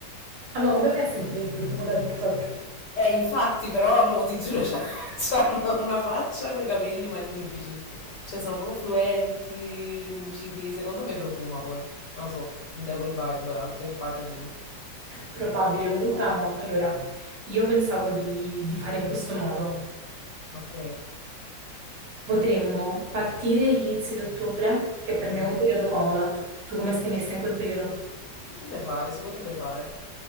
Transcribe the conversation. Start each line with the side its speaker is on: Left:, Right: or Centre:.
Right: Amo, come fai a sentire il profumo da TikTok?
Left: Eh, infatti, però, amo, ti giuro, <laughs> c'ha- c'hanno una faccia coi capelli magnifici. Cioè, sono proprio fluenti, lucidi. Secondo me profuma poi. Non lo so, mi dà quel vibe, anche il packaging.
Right: Probabile, comunque amo. Allora, io pensavo di, di fare in questo modo.
Left: Ok.
Right: Potremmo partire gli inizi di ottobre, che per
Left: Mhm.
Right: me è un periodo comodo. Tu, tu come stai messa in quel periodo?
Left: Si potrebbe fare, si potrebbe fare.